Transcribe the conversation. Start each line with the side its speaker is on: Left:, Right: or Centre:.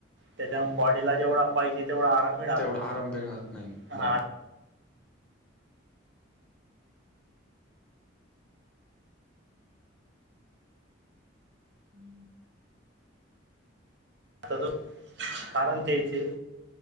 Right: त्याच्या बॉडीला जेवढ पाहिजे तेवढा आराम मिळाला
Centre: तेवढा
Right: नाही
Centre: आरंभ मिळत नाही बरोबर.
Right: हा
Centre: हम्.
Right: त कारार तेचे.